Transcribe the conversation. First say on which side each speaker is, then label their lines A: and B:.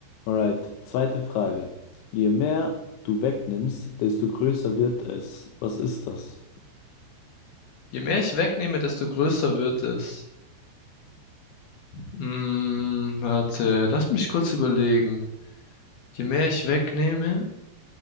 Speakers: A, on the left; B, on the left.
A: Alright, zweite Frage. Je mehr du wegnimmst, desto größer wird es. Was ist das?
B: Je mehr ich wegnehme, desto größer wird es. Hm, warte, lass mich kurz überlegen. Je mehr ich wegnehme,